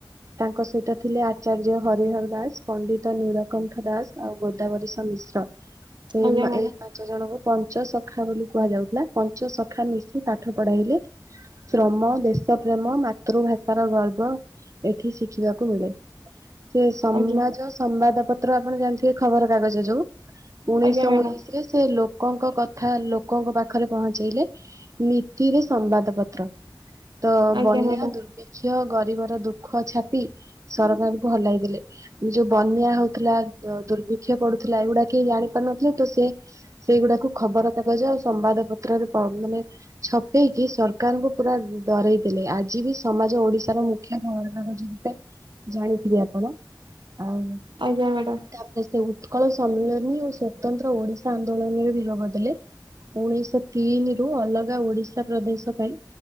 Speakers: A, on the right; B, on the right.
A: ତାଙ୍କ ସହିତ ଥିଲେ ଆଚାର୍ଯ୍ୟ ହରିହର ଦାସ ପଣ୍ଡିତ ନୀଳକଣ୍ଠ ଦାସ ଆଉ ଗୋଦାବରୀଷ ମିଶ୍ର ଏଇ
B: ଆଜ୍ଞା ମ୍ୟାଡାମ
A: ଏଇ ପାଞ୍ଚ ଜଣଙ୍କୁ ପଞ୍ଚ ସଖା ବୋଲି କୁହାଯାଉଥିଲା। ପଞ୍ଚ ସଖା ମିଶି ପାଠ ପଢାଇଲେ। ଶ୍ରମ ଦେଶ ପ୍ରେମ ମାତୃଭାଷ ର ଗର୍ବ। ଏଠି ଶିଖିବାକୁ ମିଳେ। ସେ ସମାଜ
B: ଆଜ୍ଞା
A: ସମ୍ବାଦ ପତ୍ର ଆପଣ ଜାଣିଥିବେ ଖବର କାଗଜ ଯୋଉ। ଉଣେଇଶହ
B: ଆଜ୍ଞା ମ୍ୟାଡାମ
A: ଉଣେଇଶି ରେ ସେ ଲୋ ଲୋକଙ୍କ କଥା ଲୋକଙ୍କ ପାଖରେ ପହଞ୍ଚେଇଲେ। ନୀତିରେ ସମ୍ବାଦ ପତ୍ର। ତ
B: ଆଜ୍ଞା
A: ବନ୍ୟା
B: ମ୍ୟାଡାମ
A: ଦୁର୍ଭିକ୍ଷ ଗରିବ ର ଦୁଃଖ ଛାପି ସରକାର ଙ୍କୁ ହଲାଇ ଦେଲେ ଯୋଉ ବନ୍ୟା ହଉଥିଲା ଦୁର୍ଭିକ୍ଷ ଅ ପଡୁଥିଲା, ଏଗୁଡା କେ ଜାଣି ପାରୁ ନଥିଲେ। ତ ସେ ସେଇଗୁଡାକୁ ଖବ ଖବରକାଗଜ ଆଉ ସମ୍ବାଦ ପତ୍ରରେ ପ ମାନେ ଛପେଇକି ସରକାରଙ୍କୁ ପୁରା ଡରେଇ ଦେଲେ। ଆଜି ବି ସମାଜ ଓଡିଶାର ମୁଖ୍ୟ ଖବର କାଗଜ ରୂପେ ଜାଣିଥିବେ ଆପଣ। ଆଉ
B: ଆଜ୍ଞା ମ୍ୟାଡାମ
A: ତାପରେ ସେ ଉଠ ସକଳ ସମ୍ମିଳନୀ ଓ ସ୍ଵତନ୍ତ୍ର ଓଡିଶା ଆନ୍ଦୋଳନରେ ବି ଯୋଗ ଦେଲେ। ଉଣେଇଶହ ତିନି ରୁ ଅଲଗା ଓଡିଶା ପ୍ରଦେଶ ପାଇଁ